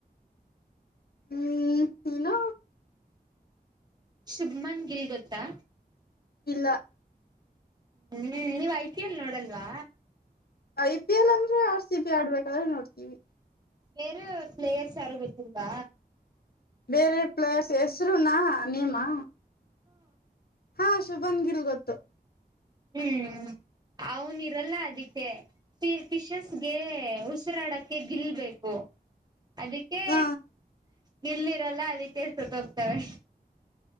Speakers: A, on the left; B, on the right.
A: ಹ್ಮ್ ಏನು
B: ಶುಭ್ಮನ್ ಗಿಲ್ ಗೊತ್ತಾ
A: ಇಲ್ಲ
B: ಹ್ಮ್ ನೀವು ಐಪಿಎಲ್ ನೋಡಲ್ವಾ
A: ಐ ಪಿ ಎಲ್ ಅಂದ್ರೆ ಆರ್ ಸಿ ಬಿ ಆಡ್ಬೇಕಾದ್ರೆ ನೋಡ್ತೀವಿ
B: ವೇರೆ ಪ್ಲೇಯರ್ಸ್ ಯಾರು ಬಟ್ಟರುಂಗ
A: ಬೇರೆ ಪ್ಲೇಸ್ ಹೆಸರುೂನಾ ನೀಮ್ಮ <unintelligible> ಹಾ ಶುಭನ್ ಗಿಲ್ ಗೊತ್ತು
B: ಹ್ಮ್ ಅವನಿರಲ್ಲ ಅದಕ್ಕೆ ಫಿಶಸ್ಗೆ ಉಸಿರಾಡಕ್ಕೆ ಗಿಲ್ಬೇಕು ಅದಕ್ಕೆ
A: ಹ
B: ಗಿಲ್ಲಿರಲ್ಲ ಅದಕ್ಕೆ ಸತ್ತ ಹೋಗ್ತವೆ